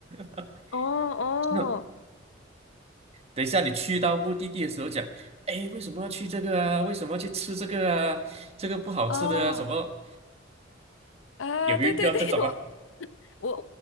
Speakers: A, on the right; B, on the left.
A: <laughs>
B: 哦哦
A: 那等一下你去到目的地的时候讲，诶，为什么要去这个啊？为什么要去吃这个啊？这个不好吃的啊？
B: 哦，
A: 什么？
B: 哎，
A: 有没有遇到这种啊？
B: 对对对，<laughs> 我我